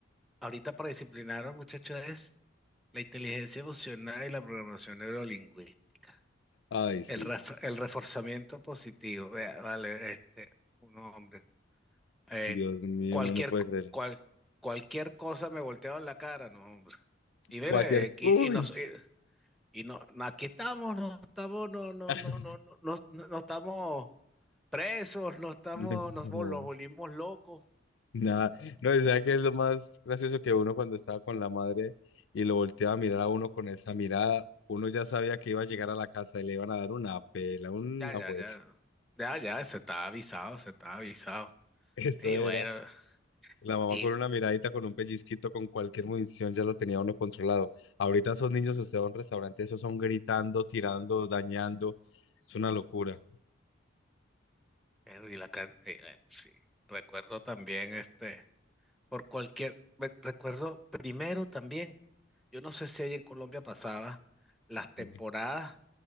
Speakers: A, in the centre; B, on the left.
A: ahorita para disciplinar a los muchachos es la inteligencia emocional y la programación neurolingüística.
B: Ay, sí.
A: El, ref- el reforzamiento positivo. Vea, vale, este, un hombre. Eh,
B: Dios mío,
A: cualquier,
B: no lo puede
A: co-
B: creer.
A: cual, cualquier cosa me volteaban la cara, no, <laughs> hombre. Y mira,
B: Cualquier...
A: eh, que-
B: Uy.
A: y, nos, eh, y no, no, aquí estamos, no estamos, no, no,
B: <laughs>
A: no, no, no, no, no- no estamos presos, no estamos,
B: No.
A: nos, vol- nos volvimos locos.
B: Nada, no, y ¿sabe qué es lo más gracioso que uno cuando estaba con la madre y lo volteaba a mirar a uno con esa mirada? Uno ya sabía que iba a llegar a la casa y le iban a dar una pela, una
A: Ya, ya,
B: jueza.
A: ya, ya, ya, se está avisado, se está avisado.
B: <laughs> Eso
A: Y
B: era.
A: bueno,
B: La mamá
A: y,
B: con una miradita, con un pellizquito, con cualquier munición ya lo tenía uno controlado. Ahorita esos niños, usted va a un restaurante, esos son gritando, tirando, dañando. Es una locura.
A: eh, y la, can- y bueno, sí, recuerdo también este, por cualquier, me- recuerdo primero también. Yo no sé si ahí en Colombia pasaba las temporadas
B: Sí,